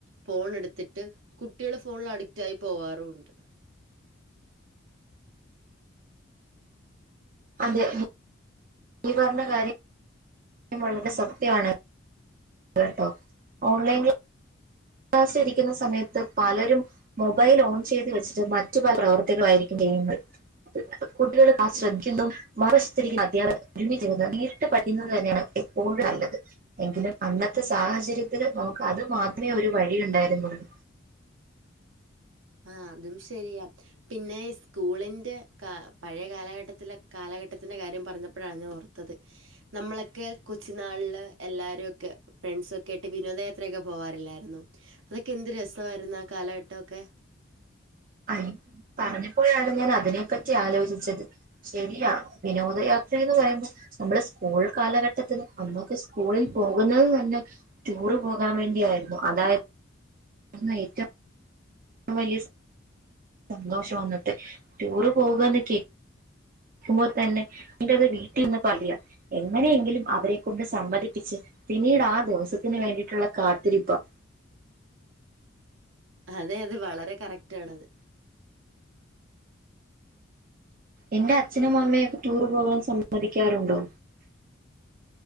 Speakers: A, on the right; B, on the right.
A: ഫോൺ എടുത്തിട്ട് കുട്ടികള് ഫോണിൽ അഡിക്റ്റ് ആയി പോവാറുണ്ട്
B: അതെ ഈ പറഞ്ഞ കാര്യം വളരെ സത്യമാണ് കേട്ടോ ഓൺ ലൈൻ ക് ളാസിരിക്കുന്ന സമയത്ത് പലരും മൊബൈൽ ഓൺ ചെയ്തു വെച്ചിട്ട് മറ്റു പല പ്രവർത്തികളായിരിക്കും ചെയ്യുന്നത് കുട്ടികള് ആ ശ്രദ്ധിക്കുന്നു മറുവശത്ത് ഇരുന്ന് അധ്യാപകര് ഒരുമിച്ചിരുന്നു നേരിട്ട് പഠിക്കുന്നത് തന്നെയാണ് എപ്പോഴും നല്ലത് എങ്കിലും അന്നത്തെ സാഹചര്യത്തില് നമുക്ക് അത് മാത്രമേ ഒരു വഴി ഉണ്ടായിരുന്നുുള്ളൂ
A: ആ അതും ശരിയാ പിന്നെ സ്കൂളിൻ്റെ ക പഴയ കാലഘട്ടത്തില കാലഘട്ടത്തി ത്തിന്റെ കാര്യം പറഞ്ഞപ്പോഴാണ് ഞാൻ ഓർത്തത് നമ്മളൊക്കെ കൊച്ചും നാളില് എല്ലാവാരും ഒക്കെ ഫ്രണ്ട്സ ഒക്കെ ആയിട്ട് വിനോദയാത്രൊക്കെ പോവാറില്ലായിരുന്നു അതൊക്കെ എന്ത് രസമായിരുന്നു ആ കാലഘട്ടംക്കെ
B: അ പറഞ്ഞപ്പോഴാണ് ഞാൻ അതിനെപ്പ റ്റി ആലോചിച്ചത് ശരിയാ വിനോദയാത്രയന്ന് പറയുമ്പോൾ നമ്മള് സ്കൂൾ കാലഘട്ട ട്ടത്തിൽ അന്നൊക്കെ സ്കൂളിൽ പോകുന്നത് തന്നെ ടൂറ് പോകാൻ വേണ്ടിയായിരുന്നു അതായിരുന്നു ഏറ്റവും വലിയ സന്തോഷം അന്നിട്ട് ടൂറ് പോവുകന്ന് കേ ക്കുമ്പോൾ തന്നെ നിട്ടത് വീട്ടിൽന്ന് പറയാ എങ്ങനെയെങ്കിലും അവരെ കൊൊണ്ട് സമ്മതിപ്പിച്ച് പിന്നീട് ആ ദിവസത്തിന് വേണ്ടിയിട്ടുള്ള കാത്തിരിപ്പ
A: അതെ അതെ വളരെ കറക്റ്റ് ആണത്
B: എന്റെ അച്ഛനും അമ്മയെ ടൂർ പോകാൻ സമ്മതിക്കാറുണ്ടോ